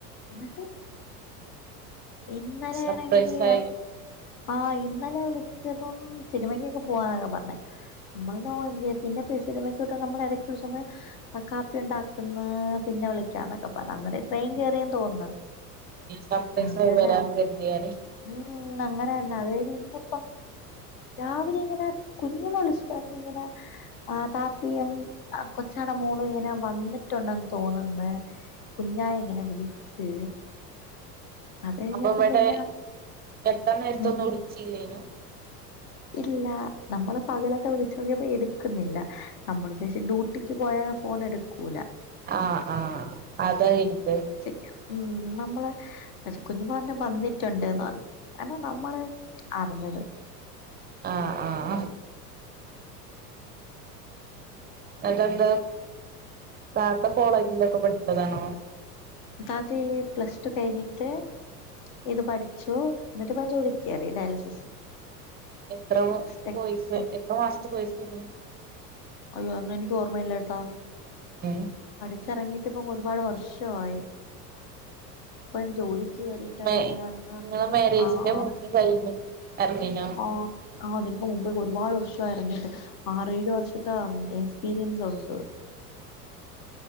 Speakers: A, on the left; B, on the right.
A: ഇന്നിട്ട് ഇന്നലെയാണെങ്കി
B: സർപ്രൈസായി
A: ആ ആ ഇന്നലെ വിളിച്ചപ്പം സിനിമക്കൊക്കെ പോവാന്നാ പറ്ഞ്ഞെ <unintelligible> പിന്നെ പി സിലിമകൊക്കെ നമ്മള് എടക്ക് സുമെ ആ കാപ്പിയുണ്ടാക്ക്ന്ന് പിന്നെ വിളിക്കാന്നൊക്കെ പറ അന്നേര ട്രെയിൻ കേറിയെന്ന് തോന്ന്ന്ന്
B: സർപ്രൈസായി
A: ആ അങ്ങനെ
B: വരാന്ന് കരുതിയാല്
A: ഉം അങ്ങനെന്നെ അത്കഴിഞ്ഞ് ഇന്ന് പ്പം രാവിലെങ്ങനെ കുഞ്ഞമ്മ വിളിച്ച്ട്ട് പറഞ്ഞ്ങ്ങനെ ആദാത്യം ആ കൊച്ചാടമോള് ഇങ്ങനെ വന്നിട്ടുണ്ടെന്ന് തോന്ന്ന്ന് കുഞ്ഞാ ഇങ്ങനെ വിളിച്ച് അത് കഴിഞ്ഞപ്പോ
B: അപ്പോവടെ
A: പിന്നെ
B: എത്താനേരത്തൊന്നു
A: ഉം
B: വിളിച്ചില്ലേനു
A: ഇല്ല നമ്മള് പകലൊക്കെ വിളിച്ചോക്കിയപ്പൊ എട് ക്കുന്നില്ല നമ്മള് വിചാരിച് ഡ്യൂട്ടിക്ക് പോയാ ഫോണെടുക്കൂല
B: ആഹ് ആഹ് അതാ ഇരിപ്പ്
A: ചെയ്യും ഉം നമ്മളെ പക്ഷെ കുഞ്ഞിമ്മ പറഞ്ഞ് വന്നിട്ടുണ്ട് എന്ന് പറഞ്ഞ് അല്ല നമ്മള് അറിഞ്ഞത്
B: ആ ആഹ് ആ അത് എന്താ താത്ത കോളേജിലൊക്കെ പഠിച്ചതാണോ
A: താത്തി പ്ലസ് ടു കഴിഞ്ഞിട്ട് ഇത് പഠിച്ചു എന്നിട്ട്പ്പം ജോലിക്കേറി ഡയാലിസ്
B: എത്ര
A: ടെക്നീഷ്യൻ
B: കോഴ്സ് എത്ര മാസത്തെ കോഴ്സാണ്
A: അയ്യോ ഒന്നും എനിക്ക് ഓർമ്മയില്ലട്ടോ
B: ഉം
A: പഠിച്ചു ഇറങ്ങിയിട്ട് ഇപ്പം ഒരുപാട് വർഷയയായി ഇപ്പം ജോലിക്ക് കേയറിട്ട് തന്നെ
B: മേ
A: ഏതാണ്ട് ആ
B: നിങ്ങളെ മാരേജിന്റെ
A: ആ
B: മുന്നേ കഴിഞ്ഞ് ഇറങ്ങീനോ
A: ആ ആ അതിനേക്കേ മുമ്പോക്കെ ഒരുപാട് വർഷം എറങ്ങിട്ട് ആറേഴ് വർഷത്തെ ആ എക്സ്പീരിയൻസ് ഒണ്ട്